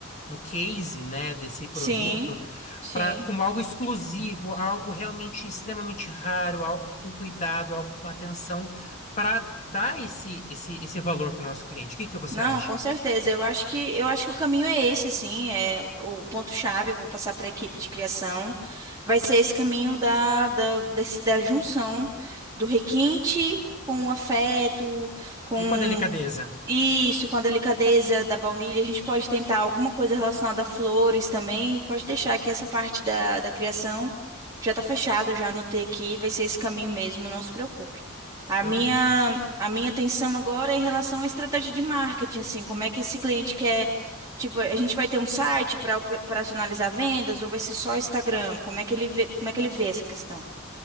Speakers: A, on the left; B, on the right.
A: no case, né, desse produto,
B: sim, sim.
A: para como algo exclusivo, algo realmente extremamente raro, algo com cuidado, algo com atenção, para dar esse, esse, esse valor para o nosso cliente. O que que você
B: Não,
A: acha?
B: com certeza. Eu acho que eu acho que o caminho é esse, assim, é o ponto-chave, eu vou passar para a equipe de criação. Vai ser esse caminho da, da, desse- da junção do requinte com o afeto, com
A: E com a delicadeza?
B: Isso, com a delicadeza da baunilha, a gente pode tentar alguma coisa relacionada a flores também. Pode deixar que essa parte da, da criação já tá fechado, já anotei aqui, vai ser esse caminho mesmo, não se preocupe. A
A: Perfeito.
B: minha, a minha atenção agora é em relação à estratégia de marketing, assim, como é que esse cliente quer, tipo, a gente vai ter um site para operacionalizar vendas ou vai ser só Instagram? Como é que ele vê, como é que ele vê essa questão?